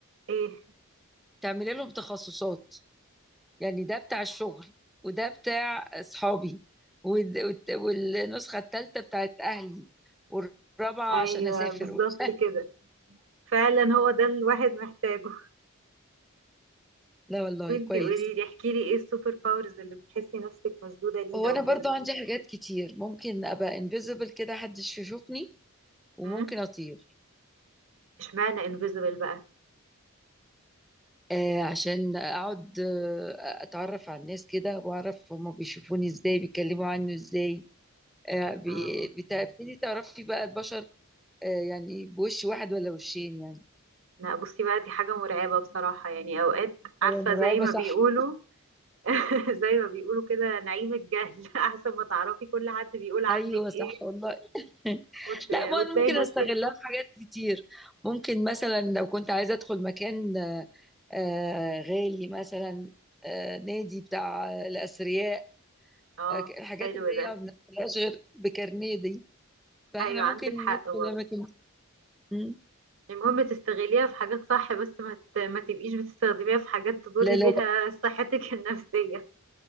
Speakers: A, on the right; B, in the centre.
A: ايه
B: تعملي لهم تخصصات يعني ده بتاع الشغل وده بتاع اصحابي وال- والت- والنسخة التالتة بتاعت اهلي والرابعة
A: ايوه
B: عشان اسافر
A: بالظبط
B: <laughs>
A: كده فعلا هو ده الواحد محتاجه
B: لا والله
A: وانتي
B: كويس
A: قولي لي احكي لي ايه السوبر باورز اللي بتحسي نفسك مشدودة ليها
B: هو انا
A: وكده
B: برضو عندي حاجات كتير ممكن ابقى انفيزبل كده محدش يشوفني وممكن
A: امم
B: اطير
A: اشمعنى انفيزبل بقى
B: آه عشان اقعد آه اتعرف على الناس كده واعرف هما بيشوفوني ازاي بيتكلموا عني ازاي آه بي-
A: اه
B: بتبتدي تعرفي بقى البشر آه يعني بوش واحد ولا وشين يعني
A: لا بصي بقى دي حاجة مرعبة بصراحة يعني اوقات عارفة
B: هو مرعبة
A: زي ما
B: صح
A: بيقولوا <laughs> زي ما بيقولوا كده نعيم الجهل <laughs> احسن ما تعرفي كل حد بيقول عنك
B: ايوه صح
A: ايه
B: والله <laughs>
A: وت... وتلاقي
B: لا ما أنا ممكن
A: نفسك
B: استغلها في حاجات كتير ممكن مثلا لو كنت عايزه ادخل مكان آه، آه، غالي مثلا آه، نادي بتاع آه، الاثرياء
A: اه
B: آه، ك- الحاجات
A: حلو
B: اللي
A: ده
B: هي ما بندخلهاش غير بكارنيه دي فاحنا
A: ايوه
B: ممكن
A: عندك
B: ندخل
A: حق برضه
B: اماكن مم.
A: المهم تستغليها في حاجات صح بس ما ت- ما تبقيش بتستخدميها في حاجات تضري
B: لا
A: بيها
B: لا لا
A: صحتك <laughs> النفسية